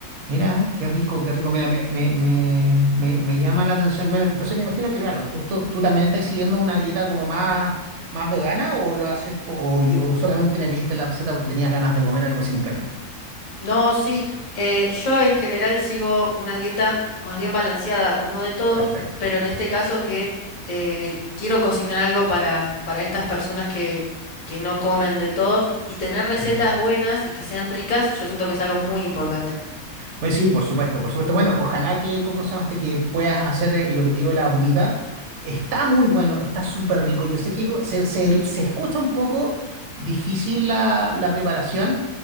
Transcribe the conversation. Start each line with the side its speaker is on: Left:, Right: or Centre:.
Right: Mira, qué rico, qué rico. Mira, me, me, me, me- me llama la atención. Mira, entonces me imagino que, claro, tú, tú, tú también estás siguiendo una dieta como más, más vegana o lo haces po- o, y- o solamente me pediste la receta porque tenías ganas de comer algo sin carne.
Left: No, sí, eh, yo en general sigo una dieta más bien balanceada, como de todo,
Right: Perfecto.
Left: pero en este caso que eh, quiero cocinar algo para, para estas personas que, que no comen de todo y tener recetas
Right: Ujú.
Left: buenas y que sean ricas, yo siento que es algo muy importante.
Right: Pues sí, por supuesto, por supuesto. Bueno, ojalá que, ¿cómo se llama este? Que puedas hacer eh, lo que te digo, la humita. Está muy bueno, está súper rico. Yo sé que es- se, se- se escucha un poco difícil la, la preparación,